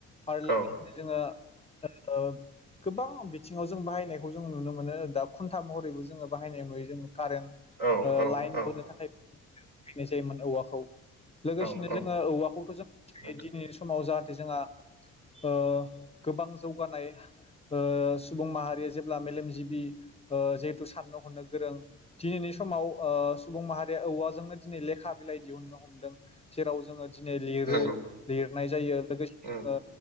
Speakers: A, on the left; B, on the right.
A: आरो लो
B: औ
A: से जोङो ओ गोबां बिथिङाव जों बाहायनायखौ जों नुनो मोनो दा खुन्था महरैबो जोङो बाहायनाय नुयो जोङो कारेन्ट
B: औ औ
A: लाइन
B: औ
A: बोनो थाखाय नाय जायोमोन औवाखौ लोगोसेनो
B: औ औ
A: जोङो औवाखौथ' जों
B: नोंथां
A: दि नैनि समाव जाहाथे जोंहा ओ गोबां जौगानाय ओ सुबुं माहारिया जेब्ला मेलेमजिबि ओ जिहेथु साननो हरनो गोरों दिनैनि समाव ओ सुबुं माहारिया औवाजोंनो दिनै लेखा बिलाइ दिहुनो हमदों जेराव जोङो दिनै लिरो
B: नंगौ
A: लिरनाय जायो लोगोसे
B: उम
A: जोङो